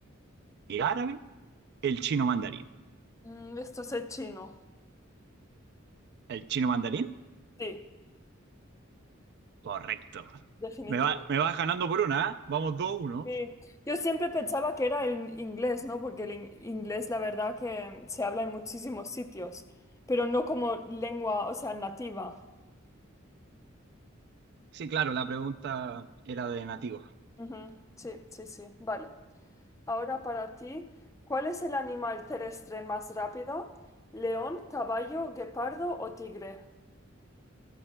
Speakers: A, on the right; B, on the left.
A: el árabe, el chino mandarín?
B: Mm, esto es el chino.
A: ¿El chino mandarín?
B: Sí,
A: Correcto.
B: definitivo.
A: Me va, me vas ganando por una, ¿eh? Vamos dos uno.
B: Sí. Yo siempre pensaba que era en inglés, ¿no? Porque el in- inglés, la verdad, que se habla en muchísimos sitios, pero no como lengua, o sea, nativa.
A: Sí, claro, la pregunta era de nativos.
B: Ujú. Sí, sí, sí, vale. Ahora para ti, ¿cuál es el animal terrestre más rápido? ¿León, caballo, guepardo o tigre?